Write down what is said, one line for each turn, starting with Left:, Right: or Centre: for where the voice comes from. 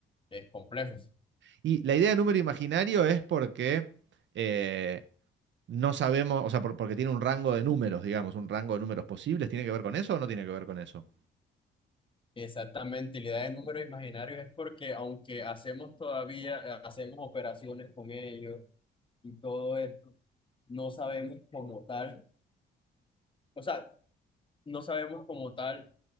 Left: eh, complejos.
Right: Y la idea de número imaginario es porque eh, no sabemos, o sea, por- porque tiene un rango de números, digamos, un rango de números posibles. ¿Tiene que ver con eso o no tiene que ver con eso?
Left: Exactamente, y la idea de números imaginarios es porque aunque hacemos todavía, eh, hacemos operaciones con ellos y todo esto, no sabemos como tal, o sea, no sabemos como tal